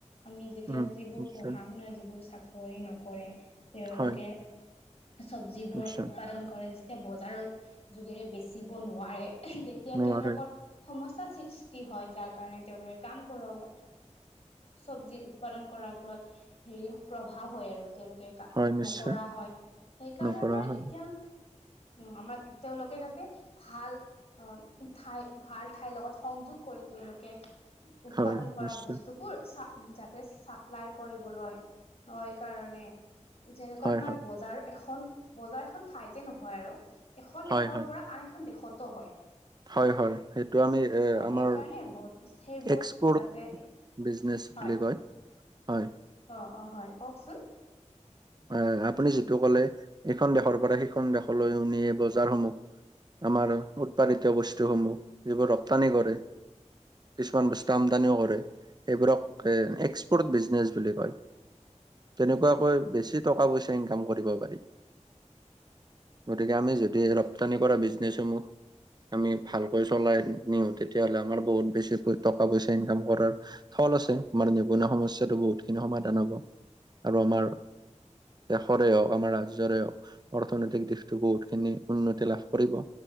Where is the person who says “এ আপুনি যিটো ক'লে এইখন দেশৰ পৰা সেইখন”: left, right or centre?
Right